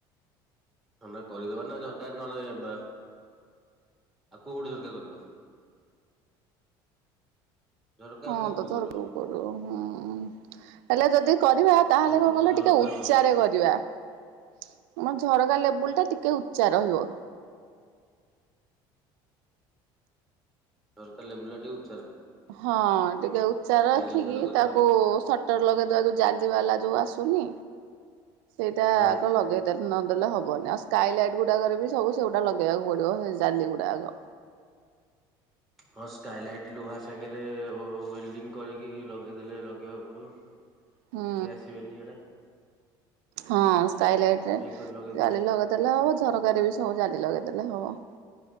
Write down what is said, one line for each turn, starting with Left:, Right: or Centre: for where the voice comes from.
Centre: ଥଣ୍ଡା କରିଦବା ନାଝରକାର ନହେ ବା ଆଉ କୋଉ କୋଠି ଝରକା କରିବ ଝରକା
Right: ହଁ
Centre: ଆଉ କୋଉ ପଟକୁ
Right: ତ ତର
Centre: କରିବ
Right: କଉ କର ହୁଁ ହେଲେ ଯଦି କରିବା
Centre: ପଶ୍ଚିମ
Right: ତାହେଲେ
Centre: ପଟକୁ
Right: କଣ କଲେ
Centre: ଝରକା
Right: ଟିକେ ଉଚ୍ଚ
Centre: ହବ
Right: କରିବା ଆମ ଝରକା ଲେବୁଲ ଟା ଟିକେ ଉଚ୍ଚା ରହିବ
Centre: ସରକାର ବୁଲଟ ଉଠ
Right: ହଁ ଟିକେ ଉଚ୍ଚାର
Centre: ସେଇ
Right: ରଖିକି
Centre: ଲେବୁଲରେ କରିବା
Right: ତାକୁ
Centre: ଆଉ
Right: ସଟର ଲଗେଇଦବା ଯୋଉ ଜାଜିବା ବାଲା ଯୋଉ ଆସୁ ଶୁଭୁନି। ସେଇଟା
Centre: ହୁଁ
Right: ଆଗ ଲଗେଇ ଦେ ନ ଦେଲେ ହବନି ଆଉ ସ୍କାଏ ଲାଇଟ୍ ଗୁଡାକରେ ବି ସବୁ ସେଗୁଡା ଲଗେଇବାକୁ ପଡିବ ଓ ହେ ଜାଲି ଗୁଡ଼ା ଆଗ।
Centre: ହଁ ସ୍କାଏଲାଇଟ୍ ଲୁହା ସାଙ୍ଗରେ ଓ ୱେଲ୍ଡିଙ୍ଗ କରିକି ଲଗେଇଦେଲେ ଲଗେଇବାକୁ ପଡ଼ିବ।
Right: ହୁଁ
Centre: କିଛି ଆସିବେନି ହେଇଟା।
Right: ହଁ ସ୍କାଏ ଲାଇଟରେ
Centre: କରି ଲଗେଇଦେଲେ
Right: ଜାଲି ଲଗେଇଦେଲେ ହବ ଝରକା ରେ ବି ସବୁ ଜାଲି ଲଗେ ଦେଲେ ହବ।